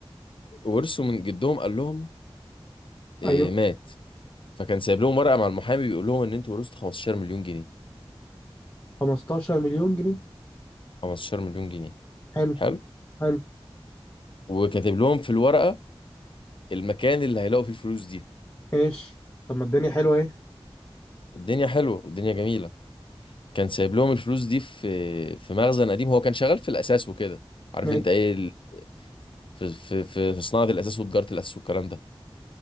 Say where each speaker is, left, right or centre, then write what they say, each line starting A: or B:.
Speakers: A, on the left; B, on the left.
A: ورثوا من جدهم قال لهم إيه
B: ايوه
A: مات فكان سايب لهم ورقة مع المحامي بيقول لهم ان انتوا ورثتوا 15 مليون جنيه
B: 15 مليون جنيه
A: 15 مليون جنيه
B: حلو
A: حلو
B: حلو
A: وكاتب لهم في الورقة المكان اللي هيلاقوا فيه الفلوس دي
B: ماشي طب ما الدنيا حلوه اهي
A: الدنيا حلوة والدنيا جميلة كان سايب لهم الفلوس دي في في مخزن قديم هو كان شغال في الاساس وكده عارف
B: ماشي
A: انت ايه ال- في في في في صناعه الاساس وتجاره الاساس والكلام ده